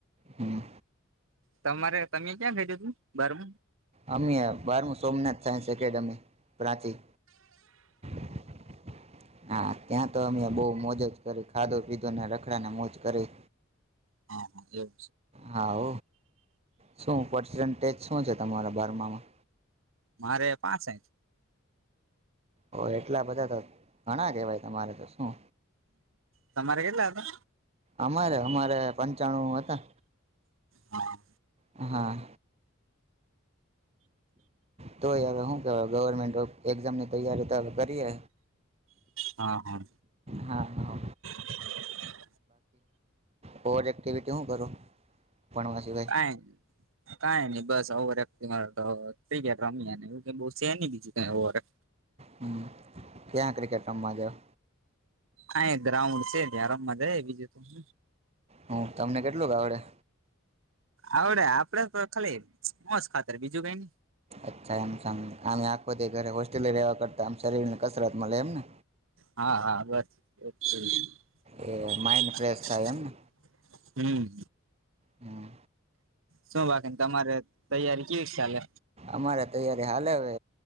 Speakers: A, on the right (about 30°); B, on the right (about 70°).
A: હમ
B: તમારે તમે ક્યાં કર્યુંધું તું બારમું
A: અમ બારમું સોમનાથ સાયન્સ એકેડેમી પ્રાંચી <inaudible> હા ત્યાં તો અમે બહ મોજજ કરી ખાધો પીધો ને રખડા ને મોજ કરી
B: હા હા એવ
A: હાવ શું પસન્ટેજ શું છે તમારા બારમામાં
B: મારે પાંસઠ
A: હ એટલા બધા હતા ઘણા કેહેવાય તમારે તો શું
B: તમારે કેટલા હતા?
A: અમારે અમારે પંચાણું હતા
B: હા
A: હા તોય હવે શું કહેવાય ગવર્મેન્ટ એક્ઝામની તૈયારી તો કરવી બરી હ
B: હા હા
A: હા હા
B: <inaudible>
A: હોર એક્ટિિવિટી હ કરો ભણવા સિવાય
B: કઈ કઈ નહી બસ ઓવર એક્ટિંગ થીતો ઠીક હે રમી ને બીજી કોઈ સે નહીં ગયા બીજી કઈ ઓવર <inaudible>
A: હમ ક્યાં ક્રિકેટ રમવા જાવ
B: આ એ ગ્રાઉન્ડ છે ત્યા રમવા જાય બીજું ત
A: હ, તમને કેટલુંક આવડે?
B: આવડે, આપડે તો ખાલી સ્મોસ ખાતર બીજું કઈ નઈ!
A: અચ્છા, એમ સમ, આમેય આખો દી હોસ્ટેલે રેવા કરતા આમ શરીર ને કસરત મલે એમ ને?
B: હા, હા, બસ <unintelligible>
A: એ માઇન્ડ ફ્રેશ થાય એમ ને
B: હમ
A: હમ
B: શું બાકી તમારે તૈયારી કેવી ચાલે
A: અમારે તૈયારી હાલે હવે